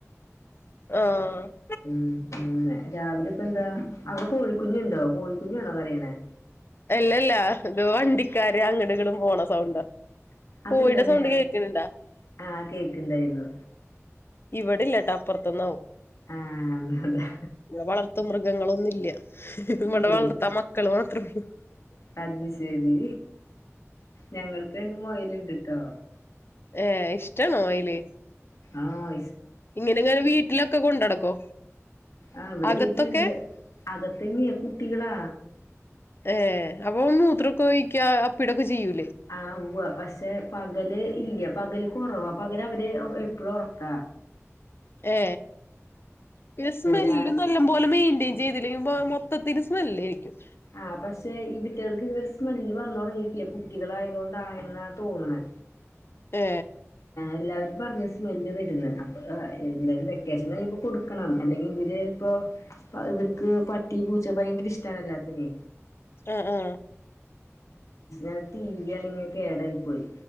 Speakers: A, on the left (about 50°); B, on the left (about 80°).
A: ആഹ
B: ഉം അങ്ങെ രാവിലെ ഇപ്പ എന്താ അവിടെ കോഴിക്കുഞ്ഞുണ്ടോ കോഴിക്കുഞ്ഞാണോ പറയണേ
A: അല്ലല്ലാ ഇത് വണ്ടിക്കാര് അങ്ങട ഇങ്ങും പോണ സൗണ്ടോ
B: അതല്ല
A: കോയിടെ സൗണ്ട്
B: നേരത്തെ
A: കേക്കണണ്ടാ
B: ആഹ് കേക്ക്ണ്ടായിരുന്നു
A: ഇവിടല്ലട്ടാ അപ്പുറത്ത് ഉത്ത നൗ
B: ആഹ് അതാ
A: ഇ വളർത്ത മൃഗങ്ങളൊന്നുമില്ല ഇവിടെ
B: ഇല്ലേ
A: വളർത്ത മക്കള് മാത്രള്ളൂ
B: അത് ശരി ഞങ്ങൾക്ക്ണ്ട മൊൽ ഇണ്ടട്ടോ
A: ഏ ഇഷ്ടണോ അയില്
B: ആഹ
A: ഇങ്ങനെ ഇങ്ങനെ വീട്ടിലൊക്കെ കൊണ്ടടക്കോ
B: ആഹ് ഇവിടെ
A: അകത്തൊക്കെ
B: വീട്ടിലുണ്ട് അകത്തന്നെയ കുട്ടികളാ
A: ഏർ അപ്പൊ മൂത്രൊക്കെ ഒഴിക്ക പിടു ചെയ്യും
B: ആ ഉവ പക്ഷേ പ പകല് ഇല്ല പകല് കുറവ പകല് അവര് എപ്പഴും ഉറക്ക
A: ഏ പിന്നെ സ്മെല്ല്
B: രാ
A: നല്ല പോലെ മെയിന്റെയിൻ ചെയ്തില്ലെങ്കി മൊത്തത്തിരുസ്മല്ലായിരിക്കും
B: ആഹ പക്ഷെ ഇവിട്ടികൾക്ക് ഇതുവര് സ്മെല്ല് വന്ന തുടങ്ങിയിട്ടില്ലേ കുട്ടികള ആയത കൊണ്ട ആയെന്നി തോന്നന്നെ
A: ഏ
B: എല്ലാവരും പറഞ്ഞ സ്മെല്ല് വരുന്നത് അപ്പ എന്തായാലും വെക്കേഷൻ കഴിയുമ്പോൾ കൊടുക്കണം അല്ലെങ്കിൽ ഇവര് ഇപ്പോൾ ഇവർക്ക് പട്ടി പൂച്ച ഭയങ്കര ഇഷ്ടണല്ല തിനി
A: ആഹ
B: അ ടി വി ആണിങ്ങനെ കേടായി പോയി